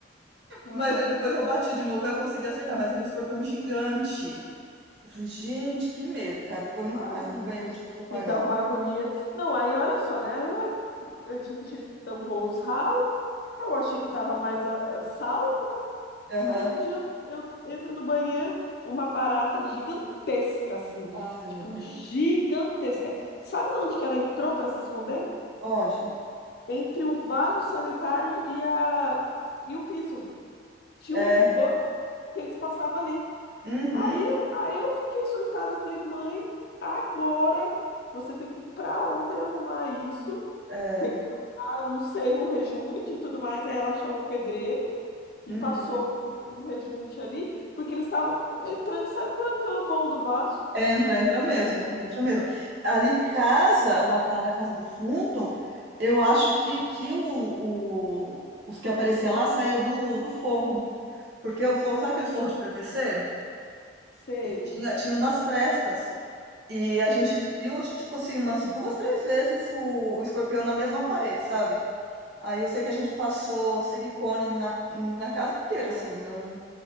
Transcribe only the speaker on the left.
ah,
ai,
meu
Deus.
Me dá uma agonia. Não, aí olha só, né? Aí eu- a gente tampou os ralos. Eu achei que tava mais a- a salvo, né?
Aí um dia eu, eu entro no banheiro, uma barata gigantesca, assim.
Tipo,
gigantesca. Sabe de onde que ela entrou para se esconder?
Entre o vaso sanitário e, a, e o piso. Tinha
um van que eles passavam ali.
Aí eu, aí eu fiquei surtada, eu falei, mãe, agora você tem que ir pra ontem arrumar isso,
tem que passar, não sei, um rejunte e tudo mais. Aí ela chamou o pedreiro e
passou um, um rejunte ali, porque ele estava entrando e saindo pelo, pelo vão do vaso.
Sei.